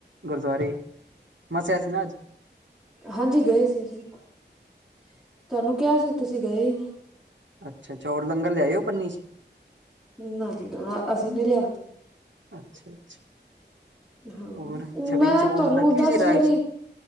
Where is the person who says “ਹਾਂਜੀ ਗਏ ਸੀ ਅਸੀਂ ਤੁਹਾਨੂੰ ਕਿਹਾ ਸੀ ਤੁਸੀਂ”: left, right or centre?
Centre